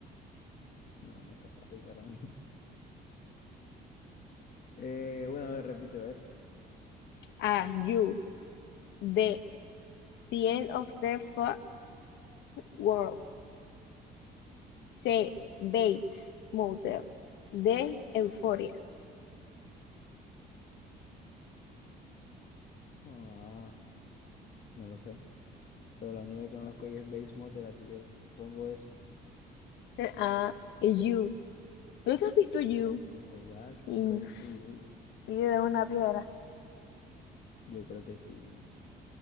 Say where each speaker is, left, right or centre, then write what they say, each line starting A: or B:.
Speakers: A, on the left; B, on the left.
A: No, no está fácil para mí. Eh, bueno, a ver, repite, a ver.
B: A. You. B. The End of the Fucking World. C. Bates Motel. D. Euphoria.
A: Ah, no lo sé. Pero la única que Ah, conozco ahí es Base Motel, así que pongo eso.
B: A. You. ¿Nunca has visto You?
A: no. Mío, what?
B: Y
A: Nunca he visto You.
B: Y de una piedra.
A: Yo creo que sí.